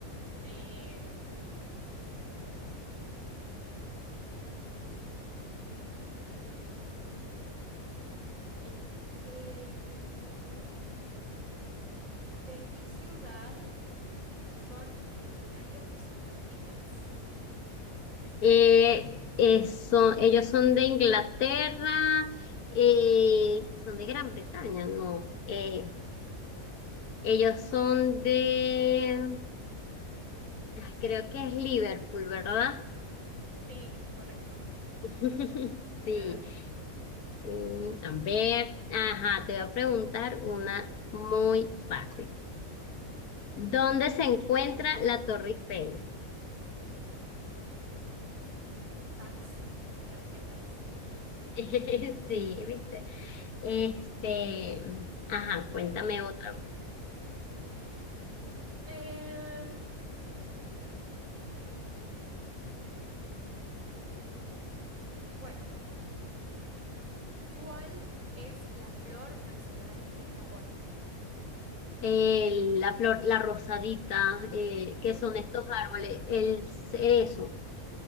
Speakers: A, on the right (about 60°); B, on the left (about 90°).
A: Em, bien. Em, ¿de qué ciudad son originarios los Beatles?
B: Eh, eh, son- ellos son de Inglaterra, eh, son de Gran Bretaña, no. Eh,
A: Mm,
B: ellos son de, ay, creo que es Liverpool, ¿verdad?
A: sí, correcto.
B: <laughs>
A: <laughs>
B: Sí, Mm, a ver, ajá, te voy a preguntar una muy fácil. ¿Dónde se encuentra la Torre Eiffel?
A: En France, Francia, en París.
B: <laughs> Sí, viste. Este, ajá,
A: Voy.
B: cuéntame otra.
A: Em, bueno, ¿cuál es la flor nacional de Japón?
B: El- la flor, la rosadita, eh,
A: Ujú,
B: ¿qué son estos árboles? El cerezo,